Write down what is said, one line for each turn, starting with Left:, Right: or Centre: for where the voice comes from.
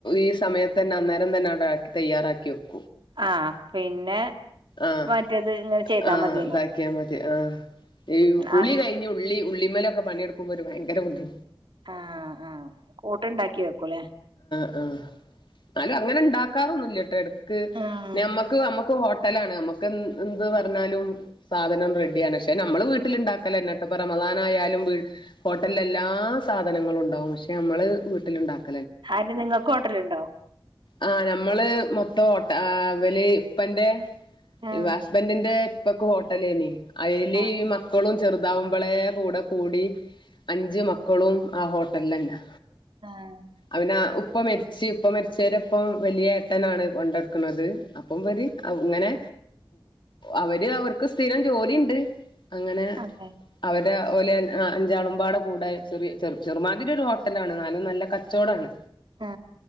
Left: ഈ സമയത്തെന്നെ അന്നേരം തന്നെ അവിടെ ആക്കി തയ്യാറാക്കിവക്
Right: ആ പിന്നെ
Left: ആഹ്
Right: മറ്റേത് ങ്ങനെ ചെയ്താ
Left: ആഹ്
Right: മതിയ
Left: ഇതാക്കിയാ മതി ആ ഈ കുളി
Right: ആഹ്
Left: കഴിഞ്ഞു ഉള്ളി ഉള്ളി മേലൊക്കെ പണിയെടുക്കുമ്പോരു ഭയര ബുദ്ധി
Right: ആ ആ കൂട്ടുണ്ടാക്കി വെക്കൂല്ലേ
Left: ആ ന്നാലും അങ്ങനെ ണ്ടാക്കാറൊന്നുല്ല്യട്ടോ എടു ക്ക്‌
Right: ഉം
Left: നമ്മക്ക് നമ്മ പോ ഹോട്ടലാണ് നമക്ക് എ എന്ത് പറഞ്ഞാലും സാധനം റെഡിയാണ് പക്ഷെ നമ്മള് വീട്ടിലുണ്ടാക്കല് ന്നെട്ടോ പ്പം റമളാനയാലും ഹോട്ടൽ എല്ലാ സാധനങ്ങളും ഇണ്ടാവും പക്ഷെ നമ്മള് വീട്ടിലുണ്ടാക്കും
Right: ആര് നിങ്ങക്ക് ഹോട്ടലുണ്ടോ
Left: ആ നമ്മള് മൊത്തം ഹോട്ട ആ വലി ഇപ്പന്റെ
Right: ഉം
Left: ഹസ്ബന്റിന്റെ പ്പക് ഹോ ട്ടലെനി അയിൽ
Right: ആഹ്
Left: ഈ മക്കളും ചെറുതാവുമ്പോളെ കൂടെ കൂടി അഞ്ച് മക്കളും ആ ഹോട്ടൽ ലന്നെ
Right: ആഹ്
Left: അവിന ഉ ഉപ്പ മരിച്ച് ഇപ്പ മരിച്ചവരെപ്പം വല്ല്യ ഏട്ടനാണ് കൊണ്ടടുക്കുന്നത് അപ്പം അവര് ഇങ്ങനെ അവര് അവർക്ക് സ്ഥിരം ജോലിണ്ട്. അങ്ങനെ
Right: അതെ
Left: അവരെ ഓല് <unintelligible> ആ അഞ്ചാളുംമ്പാട കൂടെ ചെറിയ ചെറ ചെറുമാതിരി രു ഹോട്ടലാണ് നാലും നല്ല കച്ചോടാണ്.
Right: ആ